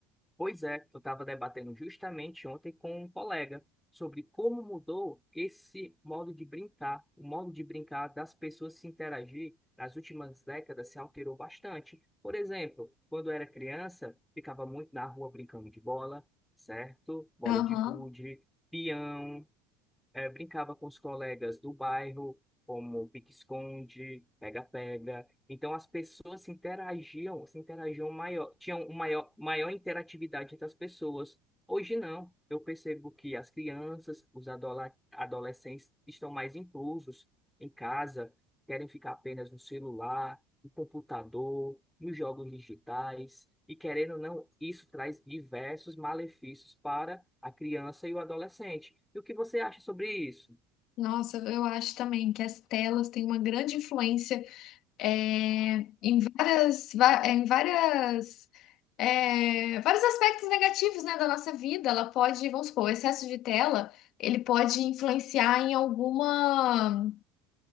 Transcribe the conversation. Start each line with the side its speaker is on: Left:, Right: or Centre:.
Centre: Pois é, eu estava debatendo justamente ontem com um colega sobre como mudou esse modo de brincar. O modo de brincar das pessoas se interagir nas últimas décadas se alterou bastante. Por exemplo, quando eu era criança, ficava muito na rua brincando de bola, certo? Bola
Left: Aham.
Centre: de gude, peão. eh, brincava com os colegas do bairro, como pique-esconde, pega-pega. Então as pessoas se interagiam, se interagiam maior, tinham um maior, maior interatividade entre as pessoas. Hoje não. Eu percebo que as crianças, os adola- adolescentes estão mais inclusos em casa, querem ficar apenas no celular o computador, e os jogos digitais, e querendo ou não, isso traz diversos malefícios para a criança e o adolescente. E o que você acha sobre isso?
Left: Nossa, eu acho também que as telas têm uma grande influência é, em várias, va- eh, em várias, é, vários aspectos negativos, né, da nossa vida. Ela pode, vamos supor, o excesso de tela, ele pode influenciar em alguma...